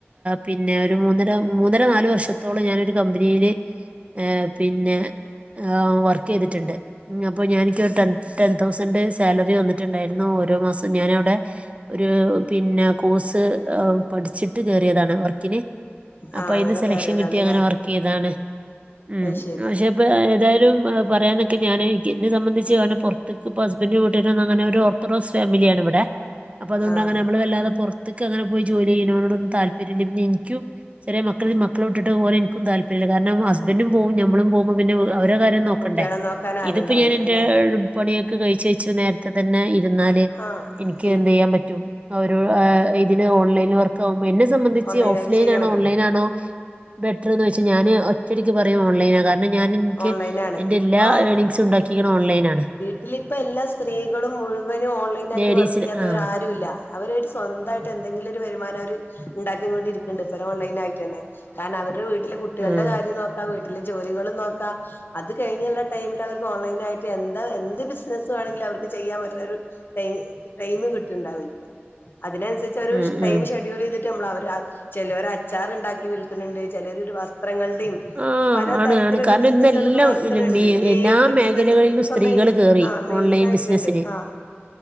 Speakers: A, on the right (about 30°); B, on the left (about 55°).
A: പിന്നെ ഒരു മൂന്നര മൂന്നര നാല് വർഷ ത്തോളം ഞാനൊരു കമ്പനീൽ ഏ പിന്നെ വർക്ക് യ്തിട്ട്ണ്ട് അപ്പൊ ഞാ നിക് ടെൻ ടെൻ തൗസൻഡേഴ്‌സ് സാലറി വന്നിട്ടുണ്ടായിരുന്നു ഓരോ മാസം ഞാനവിടെ ഒരു പിന്നെ കോഴ്സ് പഠിച്ചിട്ട് കേറിയതാണ് വർക്കിന് അപ്പൊ
B: ആഹ്
A: അയിന്ന്
B: അങ്ങനെ
A: സെലക്ഷൻ
B: കേറിയതാണ്
A: കിട്ടി
B: ല്ലേ
A: അങ്ങനെ വർക്ക്യ്തതാണ് ഉം
B: അത് ശരി
A: പക്ഷെ ഇപ്പ ഏതായാലും പറയാനൊക്കെ ഞാൻ എന്നെ സംബന്ധിച്ച് കാരണം പോർ ത്ക്ക് ഹസ്ബന്ഡ് വീട്ടേര് അങ്ങനെ ഒരു ഓർത് ഡോക്സ് ഫാമിലിയാണ് ഇവിടെ അപ്പൊ അതുകൊണ്ട്
B: ആഹ്
A: അങ്ങെനെ നമ്മള് വല്ലാതെ പൊർ ത്ക്കങ്ങനെ പോയി ജോലി ചെയ്യണോടന്നും താല്പര്യല്ല പിന്നെ ഇനിക്കും ചെറിയമക്കളി മക്കളെഇട്ടിട്ട് പോവാൻ എനിക്കും താല്പര്യല്ല ഹസ്ബൻഡും പോവുംനമ്മളും പോവുമ്പോ പിന്നെ അവരെ കാര്യം നോക്കണ്ടേ
B: കുട്ടികളെ നോക്കാൻ ആരുണ്ടാവില്ലല്ലോ
A: ഇതിപ്പോ ഞാൻ എന്റെ
B: ല്ലേ
A: പണിയൊക്കെ കഴിച്ച കഴിച്ച് നേരത്തെ തന്നെ ഇരുന്നാല്
B: ആഹ്
A: എനിക്ക്
B: ഈ
A: എന്ത് യ്യാൻ പറ്റും ഓരോ ആ ഇതിന് ഓൺലൈനിൽ വർക്ക് ആകുമ്പോൾ എന്നെ സംബന്ധിച്ച്
B: ഓൺലൈനായിട്ട്
A: ഓഫ്ലൈൻ
B: ചെയ്യാൻ
A: ആണോ
B: പറ്റില്ലേ
A: ഓൺലൈനാണോ ബെറ്റർന്ന് ചൊയിച്ച ഞാന് ഒ ഒറ്റ ടിക്ക് പറയും ഓൺലൈനാണ് കാരണം ഞാൻ എനിക്ക്
B: ഓൺലൈനാണ്
A: എന്റെ
B: ഇപ്പൊ
A: എല്ലാ ഏണിങ്സും ഉണ്ടാക്കിക്ണ് ഓൺലൈനാണ്
B: ഇതീലിപ്പോ എല്ലാ സ്ത്രീകളും മുഴുവനും ഓൺലൈൻ ആയിട്ട്
A: ലേഡീസിന്
B: വർക്ക് യ്യാത്തവർ
A: ആ
B: ആരു ഇല്ല അവരായിട്ട് സ്വന്തായിട്ട് എന്തെങ്കിലും ഒരു വരുമാനം അവര് ഉണ്ടാക്കി കൊണ്ടിരിക്ണ് ണ്ട് ഇപ്പ ഓൺലൈനാ യിട്ടന്നെ കാരണം അവരുടെ വീട്ടിലെ കുട്ടികളുടെ
A: ഉം,
B: കാര്യം നോക്കാം വീട്ടിലെ ജോലികളും നോക്കാ അത് കഴിഞ്ഞുള്ള ടൈമിൽ അവർക്ക് ഓൺലൈൻ ആയിട്ട് എന്താ എന്ത് ബിസിനസ്സ് വേണെങ്കിലും അവർക്ക് ചെയ്യാൻ പറ്റ്ണൊരു ടൈം കിട്ടിണ്ടാവും ഇൻക്ക് അതിനനുസരിച്ച്
A: ഉം,
B: ടൈം
A: ഉം.
B: ഷെഡ്യൂൾ ചെയ്തി നമ്മൾ അവ ചെലൊര് അച്ചാർ ഇണ്ടാക്കി വിൽക്കുന്നുണ്ട് ചെലൊര് വസ്ത്രങ്ങള്ടിം
A: ആ
B: പല
A: ആണ്
B: തരത്തിലുള്ള
A: ആണ് കാരണം
B: ബിസിനസുകൾ
A: ഇന്നെല്ലാം
B: ഇപ്പ നടത്തണ്ട്
A: ഇല്ല, മീ-
B: കേക്ക്
A: എല്ലാ മേഖലകളിലും
B: ബിസിനസ് ഇപ്പ
A: സ്ത്രീകൾ
B: മെയി
A: കയറി
B: ആഹ് മെയിനായിട്ടുണ്ട്
A: ഓൺലൈൻ ബിസിനസ്സിന്
B: ആഹ്